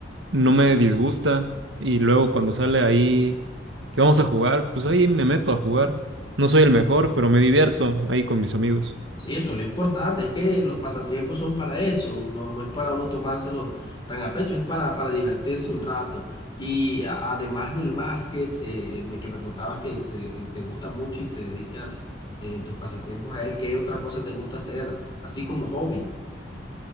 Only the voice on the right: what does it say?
no me disgusta y luego cuando sale ahí que vamos a jugar, pues ahí me meto a jugar. No soy el mejor, pero me divierto ahí con mis amigos.